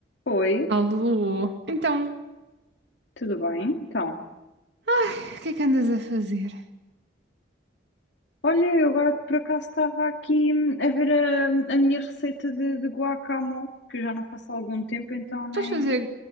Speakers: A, on the left; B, on the right.
A: Oi,
B: Alô? Então,
A: tudo bem? Então,
B: ai, o que é que andas a fazer?
A: olha, eu agora por acaso estava aqui hum, a ver a, a minha receita de, de guacamole, que eu já não faço há algum tempo, então
B: Estás
A: nem.
B: a fazer